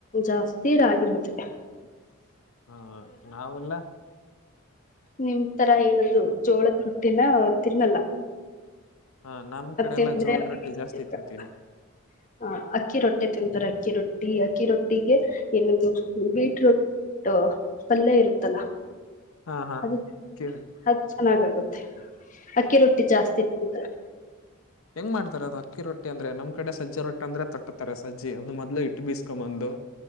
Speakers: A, on the left; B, on the left.
A: ಜಾಸ್ತಿ ರಾಗಿ ಮುದ್ದೆ
B: ಹಾ ನಾವೆಲ್ಲ
A: ನಿಂತರ ಏನ್ದು ಜೋಳದ್ ರೊಟ್ಟಿನ ತಿನ್ನಲ್ಲ
B: ಹ ನಮ್
A: ಮ
B: ಕಡೆ
A: ತಿಂದ್ರೆ
B: ಎಲ್ಲಾ ಜೋಳದ ರೊಟ್ಟಿ ಜಾಸ್ತಿ
A: ಹ <unintelligible>
B: ತಿಂತೀವಿ ನಾವು
A: ಅಕ್ಕಿ ರೊಟ್ಟೆ ತಿಂತಾರೆ ಅಕ್ಕಿ ರೊಟ್ಟಿ ಟ್ಟಿ ಅಕ್ಕಿ ರೊಟ್ಟಿಗೆ ಏನದು ಬೀಟ್ರೋಟ್ ಪಲ್ಯ ಇರುತ್ತಲ್ಲ
B: ಹಾ ಹಾ
A: ಅದು
B: ಕೇಳ
A: ಅದು ಚೆನ್ನಾಗಾಗುತ್ತೆ ಅಕ್ಕಿ ರೊಟ್ಟಿ ಜಾಸ್ತಿ ತಿಂತಾರೆ
B: ಹೆಂಗ ಮಾಡ್ತಾರೆ ಅದು ಅಕ್ಕಿ ರೊಟ್ಟಿ ಅಂದ್ರೆ ನಮ್ ಕಡೆ ಸಜ್ಜಿ ರೊಟ್ಟಿ ಅಂದ್ರೆ ತಟ್ಟತಾರೆ ಸಜ್ಜಿ ಅದು ಮೊದ್ಲು ಇಟ್ಟು ಬೀಸ್ಕೊಂಬಂದು